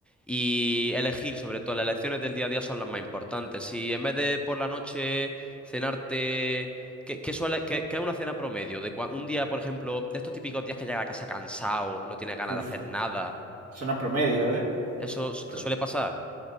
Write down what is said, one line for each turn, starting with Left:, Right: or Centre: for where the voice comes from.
Centre: Y elegir, sobre todo, las elecciones del día a día son las más importantes. Si en vez de por la noche Cenarte. ¿Qué, qué suele, qué, qué es una cena promedio? De cua- un día, por ejemplo, de estos típicos días que llegas a casa cansado, no tienes ganas
Right: Uf,
Centre: de hacer nada.
Right: eso no es promedio, ¿eh?
Centre: ¿Eso s-
Right: Pero
Centre: te suele pasar?